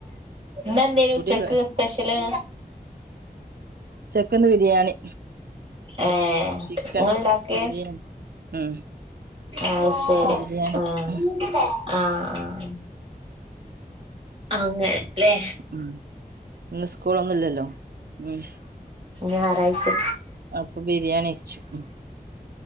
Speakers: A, on the right; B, on the right.
A: ഇന്നെന്തേയിനു
B: കുടിയൊക്കെ
A: ഉച്ചക്ക് സ്പെഷ്യല്
B: ഉച്ചക്കിന്ന് ബിരിയാണി
A: ഏഹ്
B: ചിക്കൻ
A: ഇങ്ങൾണ്ടാക്കെ
B: ബിരിയാണി ഉം
A: അഹ് ശരി
B: ബിരിയാണി
A: അഹ്
B: ഉം
A: ആഹ് ആഹ് അഹ് അങ്ങനെ ല്ലെ
B: ഉം ഇന്ന് സ്കൂളൊന്നുല്ലല്ലോ ഉം
A: ഞാറാഴ്ചെ
B: അപ്പൊ ബിരിയാണിയ്ചു ഉം